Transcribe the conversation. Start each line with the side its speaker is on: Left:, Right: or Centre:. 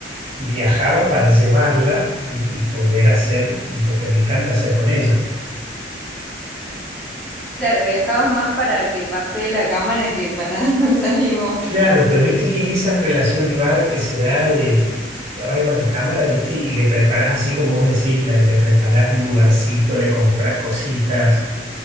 Right: Viajaba para llevarla y, y poder hacer lo que me encanta hacer con ella.
Centre: Claro, viajabas más para que pase la cámara que para <laughs> salir vos.
Right: Claro, pero viste que es esa relación rara que se da de ahora con la cámara, viste, y le preparás así como vos decís, la- le preparás un lugarcito, le comprás cositas